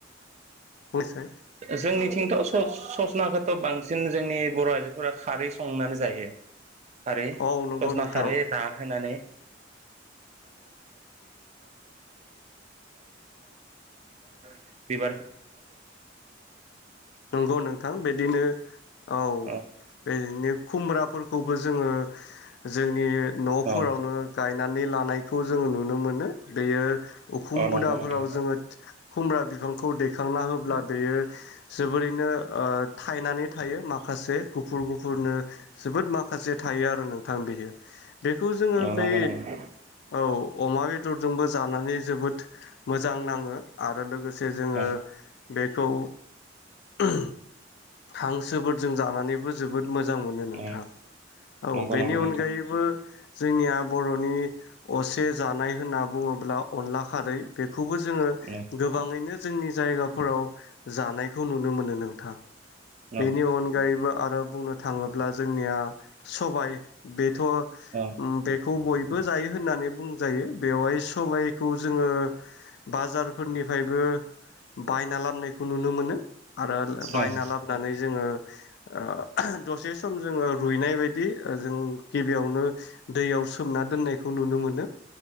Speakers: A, on the left (about 60°); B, on the right (about 35°).
A: बुंसै
B: जोंनि खिन्थु सस ससनाखौथ' बांसिन जोंनि बर' आइजोफोरा खारै संनानै जायो। खारै
A: औ नंगौ
B: ससना
A: नोंथां
B: खारै रा होनानै <inaudible> बिब
A: नंगौ नोंथां बिदिनो औ
B: अ
A: बेनि खुमब्राफोरखौबो जोङो जोंनि न'फोरावनो
B: अ
A: गायनानै लानाय। खौ जोङो नुनो मोनो बेयो उखुम
B: अ
A: बुदाफोराव
B: नंगौ नोंथां
A: जोङो खुमब्रा बिफां। खौ दैखांना होब्ला बेयो जोबोरैनो ओ थायनानै थायो माखासे गुफुर गुफुरनो जोबोद माखासे थायो आरो नोंथां बियो बेखौ जोङो
B: औ
A: बै
B: नंगौ नंगौ
A: औ अमा बेदरजोंबो जानानै जोबोद मोजां नाङो आरो लोगो जे जोङो
B: औ
A: बेखौ <unintelligible> हांसोफोरजों जानानैबो जोबोद मोजां मोनो नोंथां
B: औ
A: औ
B: नंगौ
A: बेनि
B: नंगौ
A: अनगायैबो
B: नोंथां
A: जोंनिया बर'नि असे जानाय होनना बुङोब्ला अनला खारै बे खौबो जोङो
B: औ
A: गोबाङैनो जोंनि जायगाफोराव जानाय खौ नुनो मोनो नोंथां।
B: औ
A: बेनि अनगायैबो आरो बुंनो थाङोब्ला जोंनिया सबाय बे थ'
B: औ
A: उम बेखौ बय बो जायो होननानै बुंजायो बेवहाय सबाइखौ जोङो बाजारफोरनिफ्रायबो बायना लाबनायखौ नुनो मोनो। आरो बायना
B: औ
A: लाबोनानै जोङो ओ दसे सम जोङो रुइनाय बायदि ओ जों गिबियावनो दैयाव सोमना दोननायखौ नुनो मोनो।